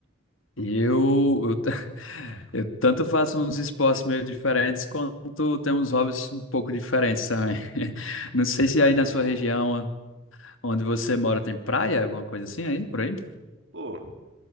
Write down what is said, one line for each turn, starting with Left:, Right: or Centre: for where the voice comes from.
Left: eu, eu, t- <laughs> eu tanto faço uns esportes meio diferentes, quanto tenho uns hobbies um pouco diferentes também. <laughs> Não
Right: que
Left: sei
Right: que você
Left: se
Right: faz
Left: aí na
Right: de
Left: sua
Right: bom?
Left: região. Onde você mora tem praia, alguma coisa assim aí, por aí?
Right: Pô.